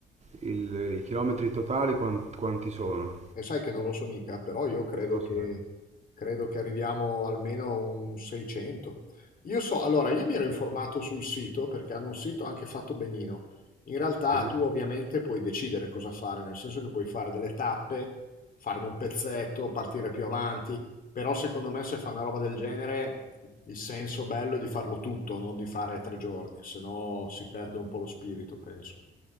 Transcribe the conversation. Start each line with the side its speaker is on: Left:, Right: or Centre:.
Right: il- i chilometri totali quan- quanti sono?
Left: E sai che non lo so mica, però io credo
Right: Non lo
Left: che,
Right: sai.
Left: credo che arriviamo almeno a un 600. Io so, allora, io mi ero informato sul sito perché hanno un sito anche fatto benino. In realtà
Right: Sì?
Left: tu ovviamente puoi decidere cosa fare, nel senso che puoi fare delle tappe, farne un pezzetto, partire più avanti, però secondo me se fa una roba del genere il senso bello è di farlo tutto, non di fare tre giorni, se no si perde un po' lo spirito, penso.